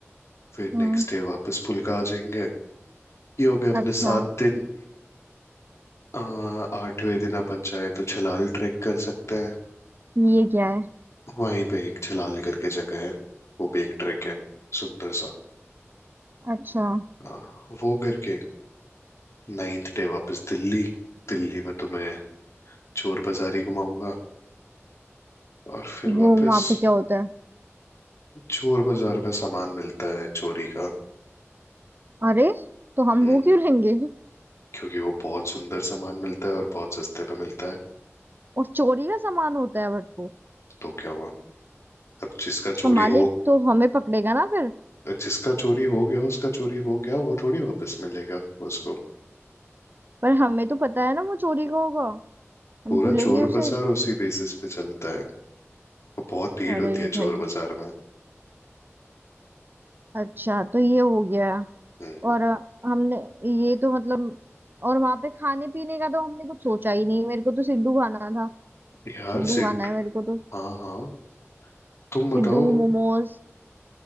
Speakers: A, on the left (about 65°); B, on the right (about 45°).
A: फिर
B: हम्म
A: नेक्स्ट डे वापस पुलका आ जाएंगे ये हो गए अपने
B: अच्छा
A: सात दिन अ, आठवें दिन अपन चाहे तो छलाल ट्रैक कर सकते हैं
B: ये क्या है
A: वहीं पे एक छलाल करके जगह है वो भी एक ट्रैक है सुंदर सा
B: अच्छा
A: अ, वो करके नाइन्थ डे वापस दिल्ली दिल्ली में तुम्हें चोर बाजारी घुमाऊंगा और फिर
B: वो
A: वापस
B: वहां पे क्या होता है
A: चोर बाजार में सामान मिलता है चोरी का
B: अरे तो हम
A: हम्म,
B: वो क्यों लेंगे
A: क्योंकि वो बहुत सुंदर सामान मिलता है और बहुत सस्ते पे मिलता है
B: और चोरी का सामान होता है बट वो
A: तो क्या हुआ अब जिसका
B: उसका
A: चोरी
B: मालिक
A: हो
B: तो हमें पकड़ेगा ना फिर
A: जिसका चोरी हो गया उसका चोरी हो गया वो थोड़ी वापस मिलेगा उसको
B: पर हमें तो पता है ना वो चोरी का होगा हम
A: पूरा
B: क्यों लेंगे
A: चोर
B: उसे
A: बाजार उसी बेसिस पे चलता है और बहुत भीड़
B: अरे
A: होती है
B: भाई
A: चोर बाजार में
B: अच्छा तो ये हो गया
A: हम्म,
B: और अ, हमने ये तो मतलब और वहां पे खाने पीने का तो हमने कुछ सोचा ही नहीं मेरे को तो सिड्डू खाना था
A: यार
B: सिड्डू
A: सिट
B: खाना है मेरे को तो
A: हाँ हाँ तुम बताओ
B: सिड्डू मोमोज